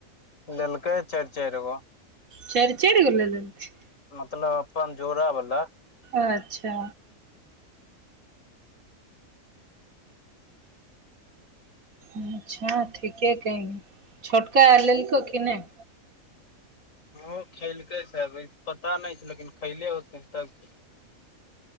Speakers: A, on the left; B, on the right.
A: लेलकय या चारी चारी गो।
B: च चड़ि जी ले लेलकय?
A: मतलब अपन जोरा बला।
B: अच्छा अच्छा ठीके कैनी छोटका लेलकौ कि नहि?
A: ओ खेलकै सस पता नहि लेकिन खैले होतै तब।